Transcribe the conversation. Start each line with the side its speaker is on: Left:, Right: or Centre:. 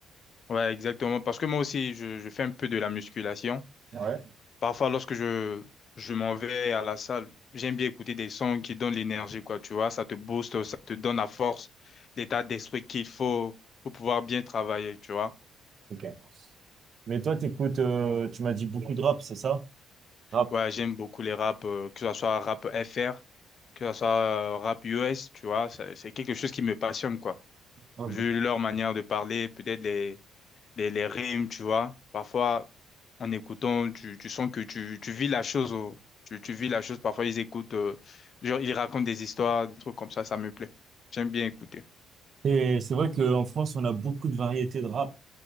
Left: Ouais, exactement. Parce que moi aussi, je, je fais un peu de la musculation.
Right: Ouais.
Left: Parfois, lorsque je, je m'en vais à la salle, j'aime bien écouter des sons qui donnent l'énergie, quoi, tu vois, ça te booste, ça te donne la force, l'état d'esprit qu'il faut pour pouvoir bien travailler, tu vois.
Right: Ok. Mais toi, t'écoutes, euh, tu m'as dit beaucoup de rap, c'est ça? Rap.
Left: Ouais, j'aime beaucoup les raps, euh, que ce soit rap FR, que ce soit euh, rap US, tu vois, ça- c'est quelque chose qui me passionne, quoi.
Right: Ok.
Left: Vu leur manière de parler, peut-être les, les, les rimes, tu vois. Parfois, en écoutant, tu, tu sens que tu, tu vis la chose. oh. Tu, tu vis la chose. Parfois, ils écoutent, euh, genre, ils racontent des histoires, des trucs comme ça, ça me plaît. J'aime bien écouter.
Right: Et c'est vrai qu'en France, on a beaucoup de variétés de rap.